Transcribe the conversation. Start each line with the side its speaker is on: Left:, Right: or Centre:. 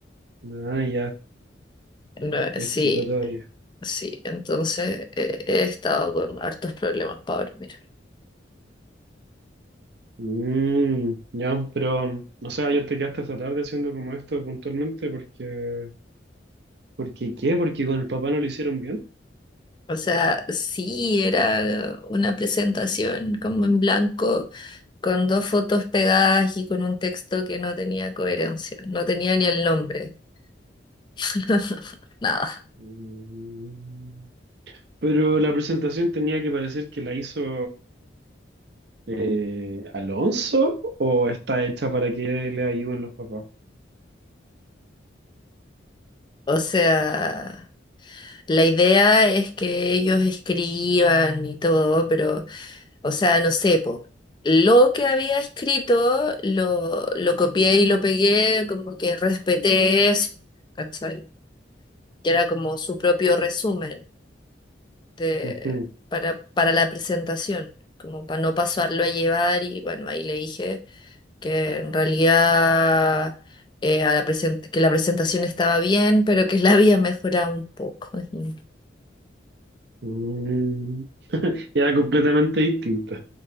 Right: Ah, ya
Left: nueve,
Right: Es
Left: sí.
Right: chico todavía.
Left: Sí, entonces eh, he estado con hartos problemas, para dormir.
Right: Mm, ya, pero, um, o sea, ayer te quedaste hasta tarde haciendo como esto puntualmente porque, porque ¿qué? Porque con el papá no lo hicieron bien.
Left: O sea, sí, era una presentación como en blanco, con dos fotos pegadas y con un texto que no tenía coherencia, no tenía ni el nombre, <laughs> nada.
Right: Mm, pero la presentación tenía que parecer que la hizo eh, Alonso o está hecha para que le ayuden los papás.
Left: O sea, la idea es que ellos escriban y todo, pero... O sea, no sé, po, lo que había escrito lo, lo copié y lo pegué, como que respeté eso, ¿cachai? Que era como su propio resumen de,
Right: Ujú.
Left: para, para la presentación, como para no pasarlo a llevar y bueno, ahí le dije que en realidad eh, a la present- que la presentación estaba bien, pero que la había mejorado un poco. <laughs>
Right: Mm, <laughs> era completamente distinta.